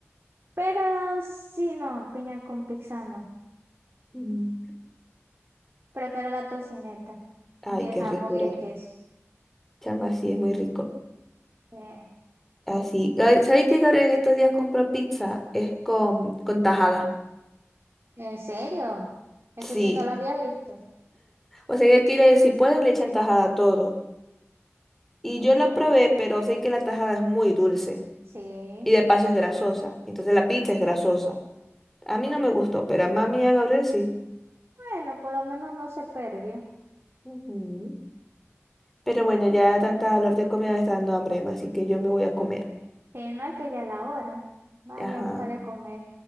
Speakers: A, on the right; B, in the centre.
A: Pero si no, piña con pizza no.
B: Ujú.
A: Prefiero la tocineta
B: Ay,
A: y el
B: qué
A: jamón
B: ricura.
A: y el queso.
B: Chama, sí, es muy rico.
A: Eh,
B: Así. Gab- ¿Sabéis que Gabriel en estos días compró pizza? Es con, con tajada.
A: ¿en serio? Eso
B: Sí.
A: sí no lo había visto.
B: O sea, que quiere, si pueden, le echan tajada a todo. Y
A: Mm,
B: yo la probé, pero sé que la tajada es muy dulce.
A: sí.
B: Y de paso es grasosa. Entonces la pizza es grasosa. A mí no me gustó, pero a mami y a Gabriel sí.
A: Bueno, por lo menos no se perdió.
B: Ujú. Pero bueno, ya tanta hablar de comida me está dando hambre, Emma, así que yo me voy a comer.
A: Si no es que ya es la hora. Vaya
B: Ajá.
A: a buscar el comer.